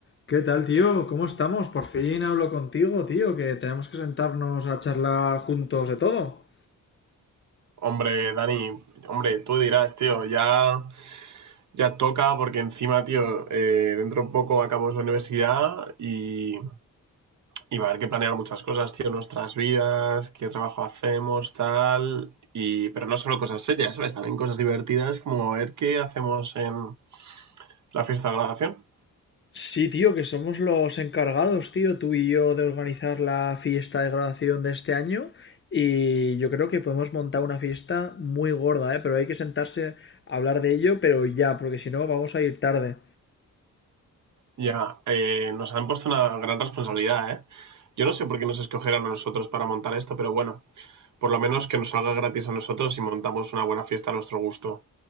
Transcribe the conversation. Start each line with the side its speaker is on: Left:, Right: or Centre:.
Left: ¿Qué tal, tío? ¿Cómo estamos? Por fin hablo contigo, tío, que tenemos que sentarnos a charlar juntos de todo.
Right: Hombre, Dani, hombre, tú dirás, tío, ya, ya toca porque encima, tío, eh, dentro de poco acabamos la universidad y, y va a haber que planear muchas cosas, tío, nuestras vidas, qué trabajo hacemos, tal, y, pero no solo cosas serias, ¿sabes? También cosas divertidas como a ver qué hacemos en la fiesta de graduación.
Left: Sí, tío, que somos los encargados, tío, tú y yo, de organizar la fiesta de graduación de este año y yo creo que podemos montar una fiesta muy gorda, ¿eh? Pero hay que sentarse a hablar de ello, pero ya, porque si no vamos a ir tarde.
Right: Ya, eh, nos han puesto una gran responsabilidad, ¿eh? Yo no sé por qué nos escogieron a nosotros para montar esto, pero bueno, por lo menos que nos salga gratis a nosotros y montamos una buena fiesta a nuestro gusto.